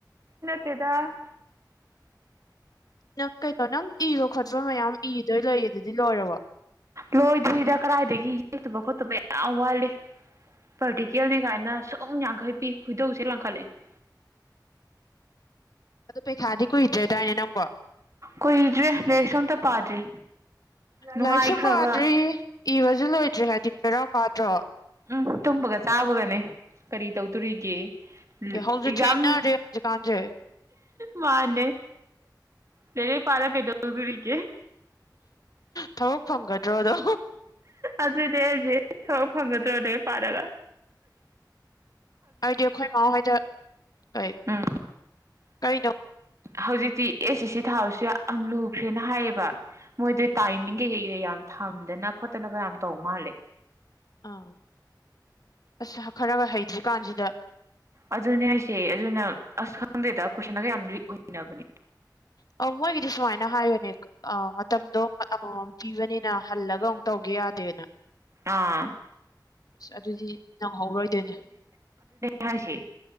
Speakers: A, on the right (about 40°); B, on the left (about 55°).
A: ꯇꯗ
B: ꯅꯪ ꯀꯩꯅꯣ ꯅꯪ ꯏꯕ ꯈꯣꯠꯄ ꯃꯌꯥꯝ ꯏꯗꯣꯏ ꯂꯩꯌꯦ ꯑꯗꯨꯗꯤ ꯂꯣꯏꯔꯕ
A: ꯂꯣꯏꯗ꯭ꯣꯏꯔꯤꯗ ꯀꯗꯥꯏꯗꯒꯤ ꯌꯦꯛꯇꯕ ꯈꯣꯠꯇꯕ ꯌꯥꯝ ꯋꯥꯠꯂꯤ ꯄꯔꯇꯤꯀꯦꯜꯅꯤ ꯀꯥꯏꯅ ꯁꯨꯝ ꯌꯥꯡꯈꯩ ꯄꯤ ꯈꯣꯏꯗꯧꯁꯦ ꯂꯥꯡꯈꯠꯂ <unintelligible> <inaudible>
B: ꯑꯗꯨ ꯄꯩꯈꯥꯗꯤ ꯀꯨꯏꯗ꯭ꯔꯦꯗꯥꯏꯅꯦ ꯅꯪꯕꯣ
A: ꯀꯨꯏꯗ꯭ꯔꯦ ꯂꯔꯤꯁꯣꯝꯇ ꯄꯥꯗ꯭ꯔꯤ ꯅꯨꯡꯉꯥꯏꯈ꯭ꯔꯕ
B: ꯂꯥꯏꯔꯤꯛꯁꯨ ꯄꯥꯗ꯭ꯔꯤ ꯏꯕꯁꯨ ꯂꯣꯏꯗ꯭ꯔꯔꯤ ꯍꯥꯏꯗꯤ ꯄꯦꯔꯥ ꯀꯥꯗ꯭ꯔꯣ
A: ꯎꯝ ꯇꯨꯝꯕꯒ ꯆꯥꯕꯒꯅꯦ ꯀꯔꯤ ꯇꯧꯗꯣꯔꯤꯒꯦ ꯎꯝ
B: ꯌꯥꯍꯧꯁꯨ
A: ꯑꯦꯛꯖꯝ
B: ꯊꯦꯡꯅꯔꯦ ꯍꯧꯖꯤꯛꯀꯥꯟꯁꯦ
A: ꯃꯥꯦ ꯂꯩꯔ ꯄꯥꯔ ꯀꯩꯇꯣꯦ
B: ꯊꯕꯛ ꯐꯪꯒꯗ꯭ꯔꯣꯗꯣ
A: ꯑꯗꯨꯏꯗꯤ ꯑꯩꯁꯦ ꯊꯕꯛ ꯐꯪꯒꯗ꯭ꯔꯣꯅꯦ ꯄꯥꯜꯂꯒ
B: ꯑꯗꯨꯗꯤ ꯑꯩꯈꯣꯏꯃꯥꯎ ꯍꯣꯏꯗ ꯀ
A: ꯎꯝ
B: ꯀꯔꯤꯅꯣ
A: ꯍꯧꯖꯤꯛꯇꯤ ꯑꯦ ꯁꯤ ꯁꯤ ꯊꯥꯕꯁꯨ ꯌꯥꯝ ꯌꯥꯝ ꯂꯨꯈ꯭ꯔꯦꯅ ꯍꯥꯏꯌꯦꯕ ꯃꯣꯏꯗ ꯇꯥꯏꯃꯤꯡ ꯀꯩꯀꯩꯀꯩ ꯌꯥꯝ ꯊꯝꯗꯅ ꯈꯣꯠꯇꯅꯒ ꯌꯥꯝ ꯇꯧ ꯃꯥꯜꯂꯦ
B: ꯑꯥ ꯑꯁ ꯈꯔꯒ ꯍꯩꯇ꯭ꯔꯤꯀꯥꯟꯁꯤꯗ
A: ꯑꯗꯨꯅꯦ ꯍꯥꯏꯁꯦ ꯑꯗꯨꯅ ꯑꯁ ꯈꯪꯗꯦꯗ ꯀꯣꯏꯁꯟꯒ ꯌꯥꯝ ꯂꯤꯋꯛ ꯑꯣꯏꯟꯅꯕꯅꯦ
B: ꯑ ꯃꯣꯏꯒꯤꯗꯤ ꯁꯨꯃꯥꯏꯅ ꯍꯥꯏꯌꯨꯅꯦ ꯑ ꯃꯇꯝꯗꯣ ꯑꯃꯃꯝ ꯄꯤꯕꯅꯤꯅ ꯍꯜꯂꯒ ꯑꯃꯨꯛ ꯇꯧꯒꯦ ꯌꯥꯗꯦꯗ
A: ꯑꯥ <inaudible>
B: ꯑꯁ ꯑꯗꯨꯗꯤ ꯅꯪꯍꯧꯔꯣꯏꯗꯣꯏꯅꯦ
A: ꯍꯥꯏꯁ